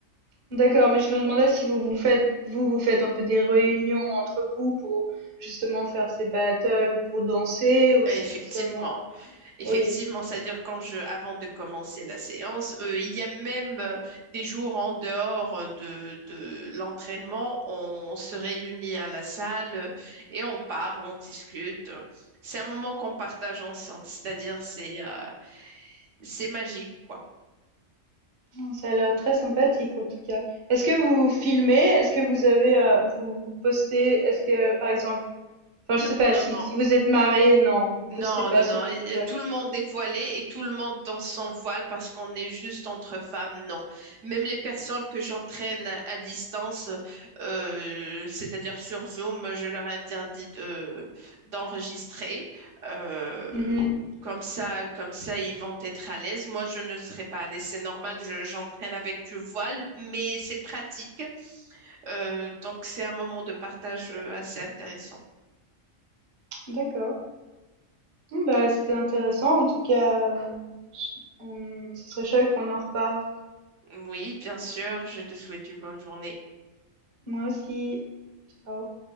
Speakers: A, on the right; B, on the right.
A: D'accord, mais je me demandais si vous vous faites, vous, vous faites un peu des réunions entre vous pour justement faire ces battles ou pour danser ou
B: Effectivement.
A: si c'est seulement...
B: Effectivement,
A: Oui,
B: c'est-à-dire quand je, avant de commencer la séance, euh, il y a même euh, des jours en dehors euh, de, de l'entraînement, on se réunit à la salle euh, et on parle, on discute. C'est un moment qu'on partage ensemble, c'est-à-dire c'est euh, c'est magique, quoi.
A: ça a l'air très sympathique en tout cas. Est-ce que vous filmez? Est-ce que vous avez, euh, vous, vous postez? Est-ce que, par exemple, enfin,
B: Non,
A: je sais pas,
B: non,
A: si,
B: non,
A: si vous êtes marié, non, vous postez
B: Non,
A: pas
B: non,
A: sur
B: non. et
A: TikTok.
B: Tout le monde est voilé et tout le monde dans son voile parce qu'on est juste entre femmes. Non. Même les personnes que j'entraîne à à distance, euh, c'est-à-dire sur Zoom, je leur interdis de d'enregistrer. Euh,
A: Mhm.
B: comme ça, comme ça, ils vont être à l'aise. Moi, je ne serai pas à l'aise. C'est normal. je- j'entraîne avec du voile, mais c'est pratique. Euh, donc, c'est un moment de partage euh, assez intéressant.
A: D'accord. Bon, Bah, c'était intéressant. En tout cas, euh, je- on- ce serait chouette qu'on en reparle.
B: Oui, bien sûr. Je te souhaite une bonne journée.
A: Moi aussi. Ciao.